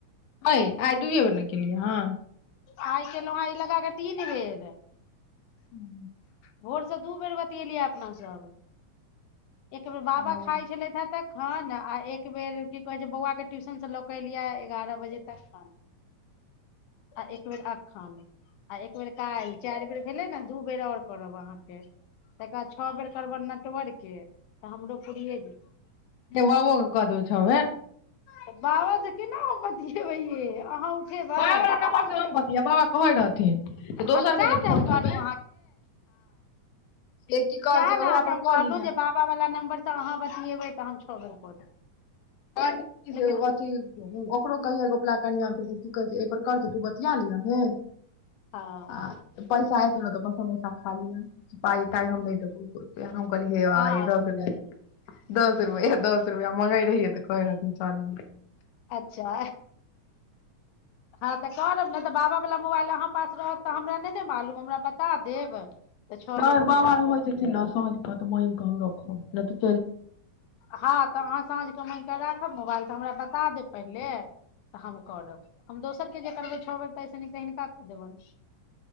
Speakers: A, on the left (about 65°); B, on the left (about 80°).
A: अय आइ दुए बेरने केलियै हँ
B: आइ केलहुँ हेँ अ य लगा कऽ तीन बेर
A: हू
B: भोरसँ दू बेर बतएलियै अपना सब एक बेर बाबा
A: हँ
B: खाइ छलथि ह तक हां ने आ एक बेेर की कहै छैय बौआ के ट्यूशन से लऽ के एलियै एगारह बजे तखन आ एक बेर अखन आ एक बेर काल्हि चारि बेर भेले ने दू बेर आओर करब अहाँके तकर बाद छओ बेर करबनि नटवर् के तऽ हमरो पूरिये जेतै
A: ए व वो के क देबय छओ बेर
B: तऽ बाबा से केना हम बतियेबै यै अहाँ खेबय
A: बाबा वला नम्बर से हम बतीयेएबै कहै रहथिन दोसर
B: हँ तऽ सएह
A: के जे
B: ने
A: फोन
B: हम
A: करबै
B: कहलहुँ
A: से की कहै
B: सयह
A: छै
B: ने अहाँके
A: उएह पर
B: हम कहलहुँ
A: कऽ लिहे
B: जे बाबा वला नम्बर तऽ अहाँ बतियेबै तऽ हम छओ बेर क' देब
A: अथी
B: लेकिन
A: ओकरो कयहैं गोपला कनियाकें की कहै छै एहिपर करते तू बतिया लियही
B: हँ
A: आ पैसा एतै ने तऽ समोसा खालीहन पाइ पाइ हम नै देबौ एको रूपया हम कहलिय भैया
B: हँ
A: ई दस रुपैया दस रुपैया एह दस रुपैया मंगइ रहिययि तऽ कहर इसानी
B: अच्छा हँ तऽ करब ने बाबा बला मोबाइल अहाँ पास रहत तऽ हमरा नए ने मालूम हमरा बता देब तऽ छओ
A: नहि
B: बेर हम
A: बाबा
B: कऽ देब
A: रहइ छथिन ने साँझ क' त' मांगि क' हम रखब नहि त
B: हँ तऽ अहाँ साँझके मगिकऽ राखब मोबाइल तऽ हमरा बता देब पहिले तऽ हम करब हम दोसर के जे करबै छओ बेर तैस नीक हिनका देबैन